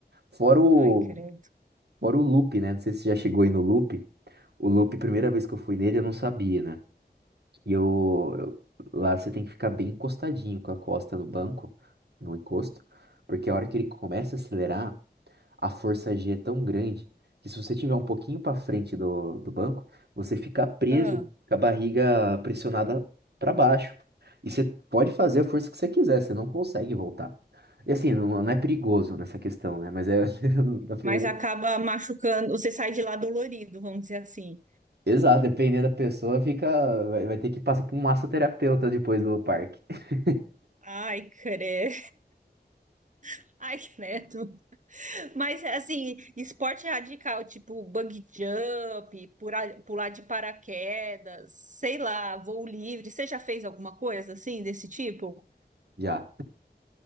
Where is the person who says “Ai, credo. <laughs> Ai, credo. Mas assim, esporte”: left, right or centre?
Right